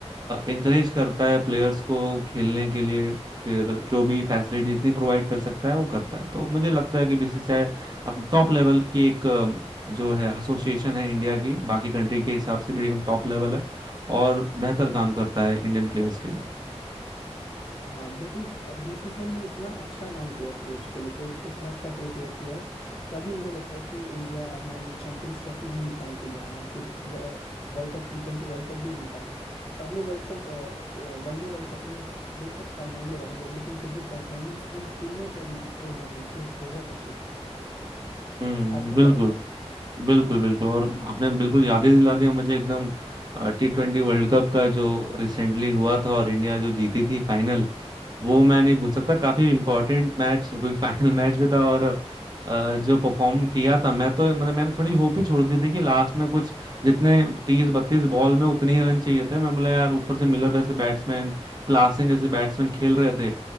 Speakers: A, on the right (about 35°); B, on the left (about 55°).
A: इंकरेज करता है प्लेयर्स को खेलने के लिए फिर जो भी फैसिलिटी इतनी प्रोवाइड कर सकता है वो करता है तो मुझे लगता है कि बीसीसीआई अब टॉप लेवल की एक अ, जो है एसोसिएशन है इंडिया की बाकी कंट्री के हिसाब से भी एकदम टॉप लेवल है और बेहतर काम करता है इंडियन प्लेयर्स के लिए
B: हाँ बिल्कुल बीसीसीआई ने इतना अच्छा काम किया है प्लेयर्स को लेके उनको इतना अच्छा प्रिपेयर किया है तभी मुझे लगता है कि इंडिया अपना ये चैंपियंस ट्रॉफी भी निकाल के ले आया है फिर world cup टी ट्वेंटी world cup भी जीता पहले world cup one day world cup में बेशक फाइनल में रह गई लेकिन फिर भी परफॉर्मेंस इन तीनों टूर्नामेंट्स में बहुत अच्छी थी
A: हम्म
B: आपको
A: बिल्कुल
B: क्या लगता है
A: बिल्कुल बिल्कुल और आपने बिल्कुल याद ही दिला दिया मुझे एकदम टी ट्वेंटी वर्ल्ड कप का जो रिसेंटली हुआ था और इंडिया जो जीती थी फाइनल वो मैं नहीं भूल सकता काफी इंपॉर्टेंट मैच क्योंकि फाइनल मैच भी था और अ, जो परफॉर्म किया था मैं तो मतलब मैंने थोड़ी होप ही छोड़ दी थी कि लास्ट में कुछ जितने तीस बत्तीस बॉल में उतने ही रन चाहिए थे मैं बोला यार ऊपर से मिलर जैसे बैट्समैन क्लासन जैसे बैट्समैन खेल रहे थे